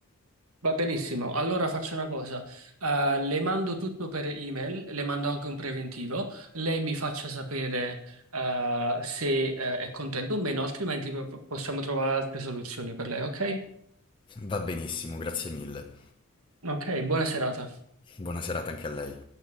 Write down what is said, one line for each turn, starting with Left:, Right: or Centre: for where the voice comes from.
Right: Va benissimo, allora faccio una cosa, Eh, le mando tutto per email, le mando anche un preventivo, lei mi faccia sapere eh, se eh, è contento o meno, altrimenti po- possiamo trovare altre soluzioni per lei, ok?
Left: Va benissimo, grazie mille.
Right: Ok, buona serata.
Left: Buona serata anche a lei.